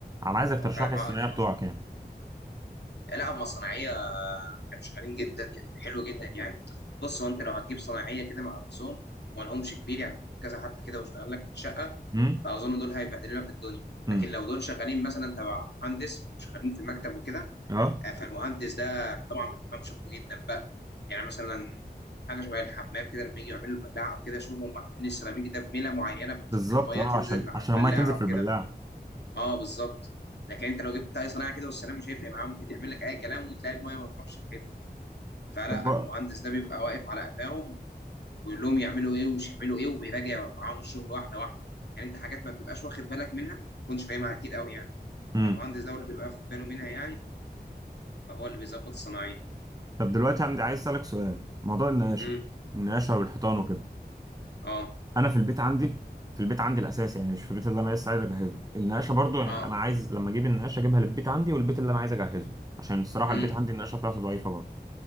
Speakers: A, on the right; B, on the left.
A: انا عايزك
B: هو
A: ترشح
B: فعلا
A: لي
B: حوار
A: الثانويه
B: يخوف
A: بتوعك يعني
B: لا هم صناعيه كانوا شغالين جدا يعني حلو جدا يعني بص هو انت لو هتجيب صناعيه كده مع نفسهم ومالهمش كبير يعني هتجيب كذا حد كده واشتغل لك في الشقه
A: امم
B: فاظن دول هيبهدلوا لك الدنيا
A: امم
B: لكن لو دول شغالين مثلا تبع مهندس شغالين في مكتب وكده
A: اه
B: آه، فالمهندس ده طبعا بيفهم شغله جدا بقى يعني مثلا حاجه شبه الحمام كده لما يجي يعملوا البلاعه او كده شوفوا هم عاملين السيراميك ده بميله معينه بحيث
A: بالظبط
B: ان الميه
A: اه
B: تنزل
A: عشان
B: على
A: عشان الميه
B: البلاعه
A: تنزل في
B: وكده
A: البلاعه
B: اه بالظبط لكن انت لو جبت اي صناعه كده والسلام مش هيفرق معاه ممكن يعمل لك اي كلام وتلاقي المايه ما بتروحش في حته فلا
A: طب بقى
B: المهندس ده بيبقى واقف على قفاهم ويقول لهم يعملوا ايه ومش يعملوا ايه وبيراجع معاهم الشغل واحده واحده يعني انت حاجات ما بتبقاش واخد بالك منها ما تكونش فاهمها اكيد قوي يعني
A: امم
B: فالمهندس ده هو اللي بيبقى واخد باله منها يعني فهو اللي بيظبط الصناعيه
A: طب دلوقتي عندي عايز اسالك سؤال موضوع النقاشه
B: امم
A: النقاشه والحيطان وكده
B: اه
A: انا في البيت عندي في البيت عندي الاساس يعني مش في البيت اللي انا لسه عايز اجهزه النقاشه برضو يعني
B: اه
A: انا عايز لما اجيب النقاشه اجيبها للبيت عندي والبيت اللي انا عايز اجهزه عشان الصراحه
B: امم
A: البيت عندي النقاشه بتاعته ضعيفه برضو